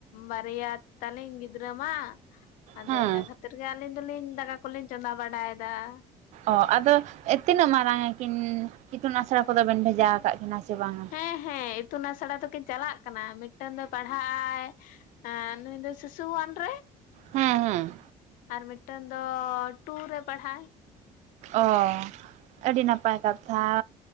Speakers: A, on the left; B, on the right.
A: ᱵᱟᱨᱭᱟ ᱛᱟᱞᱤᱧ ᱜᱤᱫᱽᱨᱟᱹ ᱢᱟ᱾ ᱟᱫᱚ
B: ᱦᱮᱸ
A: ᱤᱱᱟᱹ ᱠᱷᱟᱹᱛᱤᱨ ᱜᱮ ᱟᱹᱞᱤᱧ ᱫᱚᱞᱤᱧ ᱫᱟᱠᱟ ᱠᱚᱞᱤᱧ ᱪᱚᱸᱫᱟ ᱵᱟᱲᱟᱭᱮᱫᱟ ᱾
B: ᱚ ᱟᱫᱚ ᱛᱤᱱᱟᱹᱜ ᱢᱟᱨᱟᱝ ᱟᱹᱠᱤᱱ ᱤᱛᱩᱱ ᱟᱥᱲᱟ ᱠᱚᱫᱚ ᱵᱮᱱ ᱵᱷᱮᱡᱟ ᱟᱠᱟᱫ ᱠᱤᱱᱟ ᱥᱮ ᱵᱟᱝᱟ?
A: ᱮᱸ ᱦᱮᱸ ᱤᱛᱩᱱ ᱟᱥᱲᱟ ᱫᱚᱠᱤᱱ ᱪᱟᱞᱟᱜ ᱠᱟᱱᱟ ᱢᱤᱫᱴᱟᱝ ᱫᱚᱭ ᱯᱟᱲᱦᱟᱜ ᱟᱭ ᱟ ᱱᱩᱭ ᱫᱚ ᱥᱤᱥᱩᱟᱱᱨᱮ ᱾
B: ᱦᱮᱸ ᱦᱮᱸ᱾
A: ᱟᱨ ᱢᱤᱫᱴᱟᱝ ᱫᱚ ᱴᱩ ᱨᱮ ᱯᱟᱲᱦᱟᱜ ᱟᱭ ᱾
B: ᱚ ᱟᱹᱰᱤ ᱱᱟᱯᱟᱭ ᱠᱟᱛᱷᱟ᱾